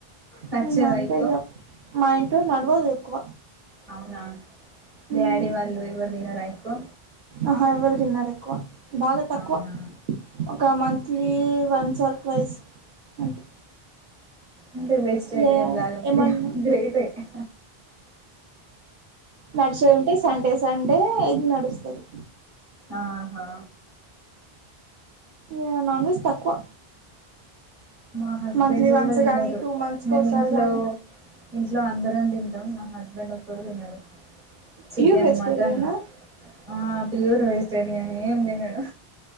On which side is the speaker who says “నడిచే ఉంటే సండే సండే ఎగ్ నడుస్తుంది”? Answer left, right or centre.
Right